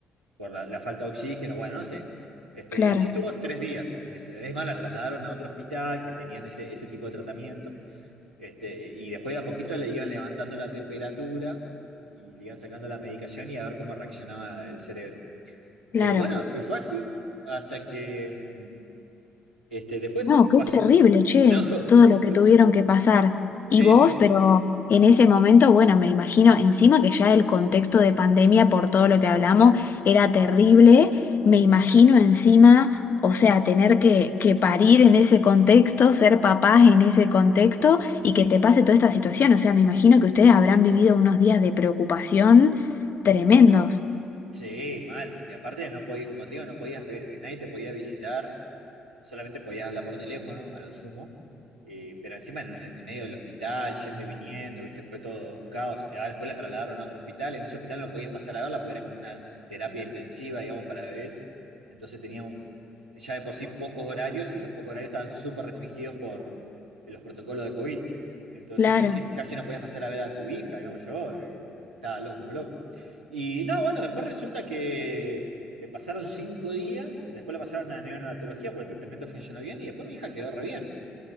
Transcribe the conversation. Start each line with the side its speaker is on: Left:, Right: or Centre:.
Right: por la, la falta de oxígeno, bueno, no sé. Este,
Left: claro,
Right: y así estuvo tres días. En ese, es más, la trasladaron a otro hospital que tenían ese, ese tipo de tratamiento. Este, y después de a poquito le iban levantando la temperatura y le iban sacando la medicación y a ver cómo reaccionaba el cerebro. Eh,
Left: claro.
Right: bueno, y fue así hasta que mm, este, después
Left: No, qué
Right: pasó.
Left: terrible,
Right: <laughs>
Left: che,
Right: No,
Left: todo lo
Right: fue,
Left: que tuvieron que pasar. Y
Right: sí,
Left: vos,
Right: sí,
Left: pero en ese momento, bueno, me imagino, encima que ya el contexto de pandemia, por todo lo que hablamos, era terrible, me imagino encima, o sea, tener que, que parir en ese contexto, ser papás en ese contexto y que te pase toda esta situación. O sea, me imagino que ustedes habrán vivido unos días de preocupación tremendos.
Right: Sí, mal. Y aparte no podía, como te digo, no podías ver, nadie te podía visitar, solamente podías hablar por teléfono, a lo sumo. Eh, pero encima en, en el medio del hospital, yendo y viniendo, viste, fue todo un caos. Eh, ah, después la trasladaron a otro hospital, en ese hospital no podías pasar a verla porque era como una terapia intensiva, digamos, para bebés. Entonces tenía un- ya de por sí pocos horarios y los pocos horarios estaban súper restringidos por eh, los protocolos de COVID. Entonces
Left: Claro.
Right: casi, casi no podías pasar a ver a tu hija, digamos yo, eh, estaba loco, como loco. Y no, bueno, después resulta que eh, pasaron cinco días, después la pasaron a neonatología porque el tratamiento funcionó bien y después mi hija quedó re bien.